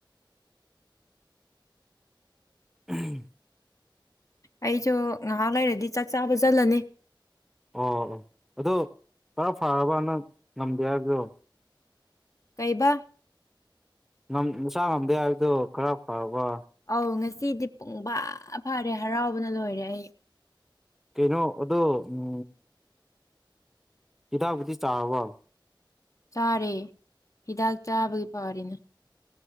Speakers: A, in the centre; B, on the left.
A: <inaudible>
B: ꯑꯩꯁꯨ ꯉꯥꯏꯍꯥꯛ ꯂꯩꯔꯗꯤ ꯆꯥꯛ ꯆꯥꯕ ꯆꯜꯂꯅꯤ
A: ꯑꯣ ꯑꯣ ꯑꯗꯨ ꯈꯔ ꯐꯔꯕ ꯅꯪ ꯉꯝꯗꯦ ꯍꯥꯏꯕꯗꯣ
B: ꯀꯩꯕꯥ
A: ꯉꯝ ꯅꯁꯥ ꯉꯝꯗꯦ ꯍꯥꯏꯕꯗꯨ ꯈꯔ ꯐꯔꯕ
B: ꯑꯧ ꯉꯁꯤꯗꯤ ꯄꯨꯡ ꯐꯥ ꯐꯔꯦ ꯍꯔꯥꯎꯕꯅ ꯂꯣꯏꯔꯦ ꯑꯩ
A: ꯀꯩꯅꯣ ꯑꯗꯣ ꯎꯝ ꯍꯤꯗꯥꯛꯕꯨꯨꯗꯤ ꯆꯥꯔꯕꯣ
B: ꯆꯥꯔꯦ ꯍꯤꯗꯥꯛ ꯆꯥꯕꯒꯤ ꯐꯔꯤꯅꯦ